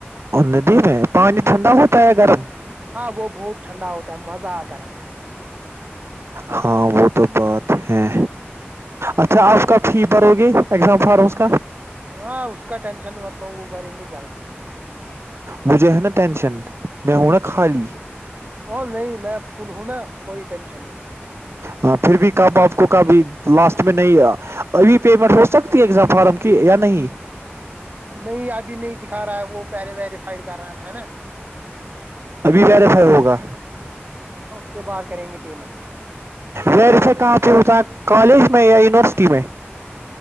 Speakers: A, on the right (about 75°); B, on the right (about 40°).
A: اور ندی میں پانی <unintelligible>
B: وہ بہت ٹھنڈا ہوتا ہے مزہ آتا ہے
A: ہاں وہ تو بات ہے اچھا
B: اب
A: آپ کا فی ہوگی ایگزام فارمس کا <inaudible>
B: ہاں اس کا ٹینشن مث لو وہ بھریں گے جلدی
A: مجھے ہے نا ٹینشن میں ہوں نا خالی
B: وہ نہیں میں فھول ہوں نا کوئی ٹینشن نہیں
A: ہاں پھر بھی کب آپ کو کبھی لاسٹ میں نہیں ابھی پیمنٹ ہو سکتی ہے ایزام فارم کی یا نہیں
B: نہیں ابھی نہیں دکھا رہا ہے وہ پہلے ویریفائڈ کر رہا ہے نا
A: ابھی ویریفے ہوگا
B: پھر بار کریں گے پیمنٹ
A: ویریفے کہا پے ہوتاہے کالج میں یا یونیورسٹی میں